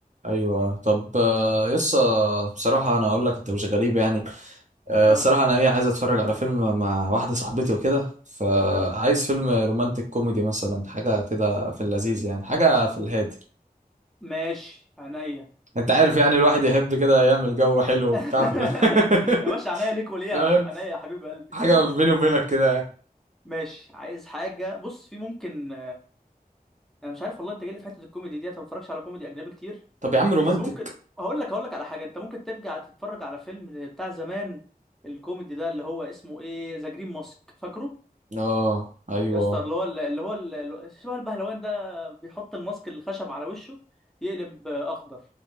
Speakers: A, on the right; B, in the centre.
A: ايوه طب آه، يسا بصراحه انا اقول لك انت مش غريب يعني آه،
B: ها
A: الصراحة أنا إيه عايز أتفرج على فيلم مع واحدة صاحبتي وكده فعايز
B: حلو
A: فيلم رومانتك كوميدي مثلا حاجة كده في اللذيذ يعني حاجة في الهادي
B: ماشي عينيا
A: أنت عارف يعني الواحد يحب كده يعمل جو حلو
B: <laughs>
A: وبتاع في ال- <laughs>
B: يا باشا عينيا ليك وليها
A: فاهم؟
B: عينيا يا حبيب قلبي
A: حاجة بيني وبينك كده يعني.
B: <laughs> ماشي عايز حاجة بص في ممكن انا مش عارف والله انت جاي لي في حتة الكوميدي دي انا ما بتفرجش على كوميدي اجنبي كتير
A: طب يا عم رومانتك
B: بس ممكن هقول لك هقول لك على حاجة انت ممكن ترجع تتفرج على فيلم بتاع زمان الكوميدي ده اللي هو اسمه ايه ذا جرين ماسك فاكره
A: آه أيوه
B: يا اسطى اللي هو اللي هو اللي شبه البهلوان ده بيحط الماسك الخشب على وشه يقلب اخضر